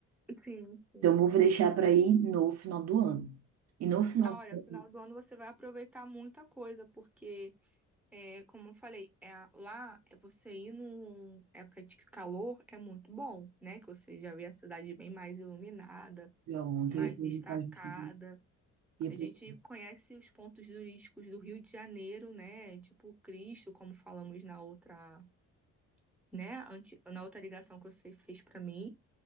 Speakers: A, in the centre; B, on the right.
A: Sim, sim.
B: Então eu vou deixar pra ir no final do ano. E no final
A: Ah, Olha,
B: do
A: final do ano você vai aproveitar muita coisa, porque, é, como eu falei, é, a- lá é você ir numa época de calor é muito bom, né? Que você já vê a cidade bem mais iluminada,
B: ano, ontem
A: mais
B: eu ia perguntar
A: destacada.
B: a gente. Ia
A: A
B: perguntar,
A: gente conhece os pontos turísticos do Rio de Janeiro, né? Tipo Cristo, como falamos na outra né? Ante- na outra ligação que você fez para mim.